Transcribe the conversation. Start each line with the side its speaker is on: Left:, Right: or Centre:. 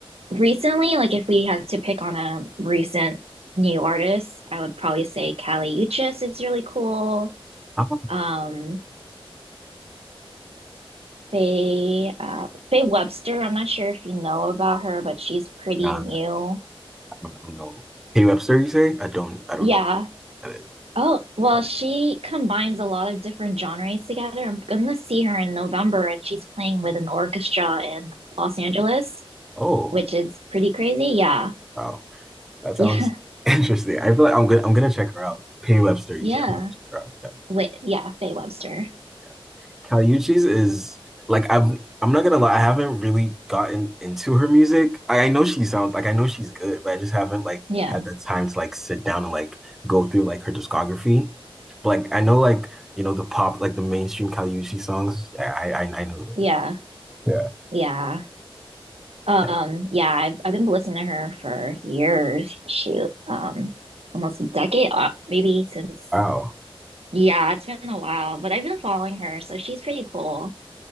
Right: recently, like if we had to pick on a recent new artist, I would probably say Kali Uchis is really cool.
Centre: I don't,
Right: Um, Faye, uh, Faye Webster, I'm not sure if you know about her, but she's pretty
Centre: nah,
Right: new.
Centre: I don't, I don't know. Hey Webster, you say? I don't I don't
Right: Yeah.
Centre: know who that is.
Right: Oh, well,
Centre: That
Right: she
Centre: is.
Right: combines a lot of different genres together. I'm gonna see her in November, and she's playing with an orchestra in Los Angeles,
Centre: Oh,
Right: which is pretty crazy. Yeah.
Centre: wow. That
Right: <laughs> Yeah.
Centre: sounds <laughs> interesting. I feel like I'm gonna I'm gonna check her out. Pay Webster, you
Right: Yeah.
Centre: say I'm gonna check her out. Yeah.
Right: Wait, yeah, Faye Webster.
Centre: yeah. Caliucci's is like I'm I'm not gonna lie, I haven't really gotten into her music. I, I know she sounds like I know she's good, but I just haven't like
Right: Yeah,
Centre: had the time to like sit down and like go through like her discography. But like I know like you know the pop like the mainstream Caliucci songs. I I I I know those.
Right: yeah,
Centre: Yeah.
Right: yeah. Um,
Centre: Yeah.
Right: yeah, I've I've been listening to her for years. Shoot, um, almost a decade, uh, maybe since.
Centre: Wow.
Right: Yeah, it's been a while, but I've been following her, so she's pretty cool.